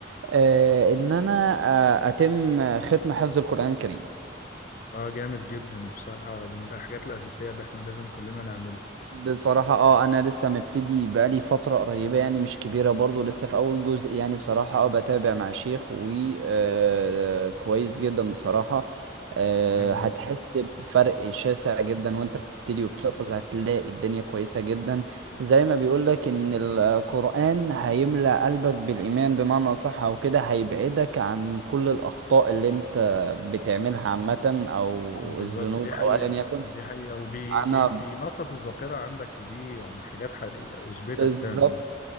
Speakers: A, on the right; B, on the left.
A: آه إن أنا آه أتم ختم حفظ القرآن الكريم
B: اه جامد جدا بصراحة دي من الحاجات الاساسية اللي احنا لازم كلنا نعملها
A: بصراحة اه انا لسه مبتدي بقالي فترة قريبة يعني مش كبيرة برضو لسه في اول جزء يعني بصراحة اه بتابع مع شيخ و آه، كويس جدا بصراحة آه،
B: عظيم
A: هتحس
B: قوي
A: بفرق شاسع جدا وانت بتبتدي وبتحفظ هتلاقي الدنيا كويسة جدا زي ما بيقولك ان القرآن هيملأ قلبك بالإيمان بمعنى أصح او كده هيبعدك عن كل الأخطاء اللي انت بتعملها عامة او
B: بالظبط
A: الذنوب
B: دي حقيقة
A: او ايا يكن
B: دي حقيقة وبي
A: انا
B: بي بينشط الذاكرة عندك ودي يعني حاجات حقيقية اثبتت
A: بالظبط
B: فعلا يعني